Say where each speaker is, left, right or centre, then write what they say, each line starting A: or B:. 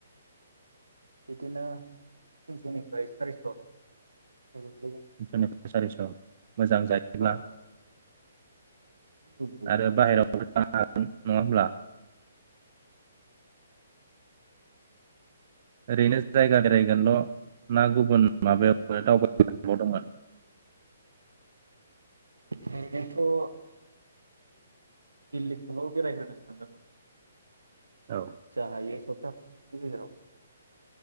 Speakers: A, on the right; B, on the right.
A: बिदिनो तिनस'निफ्राय सारिस' गोग्लैगोन
B: तिनस'निफ्राय सारिस' मोजां जायोब्ला
A: औ एसे मोजां
B: आरो
A: जायोब्ला
B: बाहेरायावबो जानो हागोन नङा होमब्ला ओरैनो जायगा बेरायगोनल' ना गुबुन माबायावबो दावबायल' दंमोन
A: ओरैनोथ दिल्लीखौल' बेरायग्रोनो सानदोंमोन
B: औ
A: जा हायो सपथा नि गेजेराव